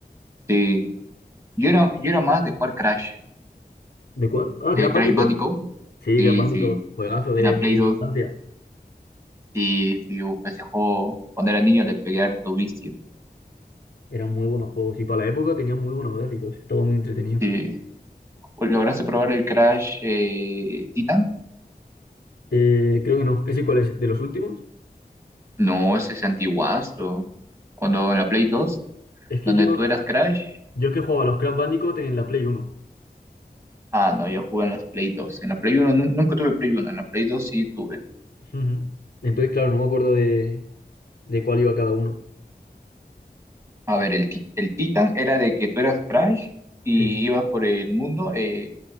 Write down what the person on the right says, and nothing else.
Sí, Yo era, yo era más de jugar Crash,
de
Crash
Bandicoot,
sí,
sí,
era Play
2,
sí, sí, uf, ese juego, cuando era niño le pegué harto vicio,
sí. ¿Lograste probar el Crash eh, Titan?
No, ese es antiguazo, cuando en la Play 2,
donde
tú eras Crash,
ah, no, yo jugué en las Play 2, en la Play 1, nun- nunca tuve Play 1, en la Play 2 sí tuve.
A ver, el, Ti- el Titan era de que tú eras Crash y
ibas por el mundo, eh,